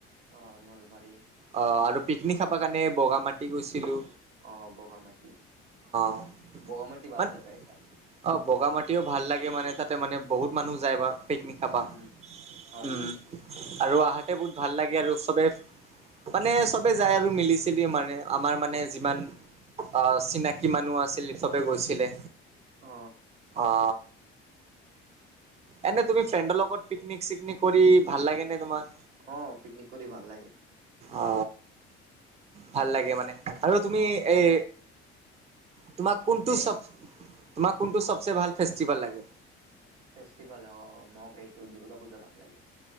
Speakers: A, on the right (about 80°); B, on the right (about 20°).
A: অহ নলবাৰী
B: অ আৰু পিকনিক খাবৰ কাৰণে বগা মাটি গৈছিলোঁ
A: অ বগামাটি
B: অ
A: বগামাটি ভালছে
B: মান
A: ত এটা
B: অ বগা মাটিও ভাল লাগে মানে তাতে মানে বহুত মানুহ যায় বা পিকনিক খাবা
A: উম হয়
B: উম
A: হয়
B: আৰু আহাতে বহুত ভাল লাগে আৰু চবে মানে চবে যায় আৰু মিলি চিলি মাৰে আমাৰ মানে যিমান অ চিনাকি মানুহ আছিল চবে গৈছিলে
A: অ
B: অ এনে তুমি ফ্ৰেণ্ডৰ লগত পিকনিক চিকনিক কৰি ভাল লাগে নে তোমাৰ
A: অ পিকনিক কৰি ভাল লাগে
B: অ ভাল লাগে মানে আৰু
A: অ
B: তুমি এই তোমাক কোনটো
A: এই
B: তোমাক কোনটো চবচে ভাল ফেষ্টিভেল লাগে
A: ফেষ্টিভেল অ ম এইটো দুূৰ্গা পূজা ভাল লাগে